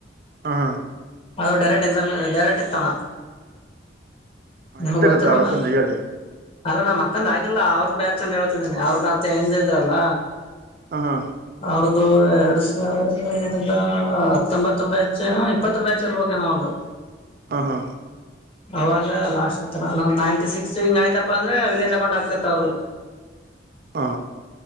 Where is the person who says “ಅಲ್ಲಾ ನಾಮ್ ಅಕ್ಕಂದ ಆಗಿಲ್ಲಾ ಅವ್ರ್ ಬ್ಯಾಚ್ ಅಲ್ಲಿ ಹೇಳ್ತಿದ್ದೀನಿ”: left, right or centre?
Left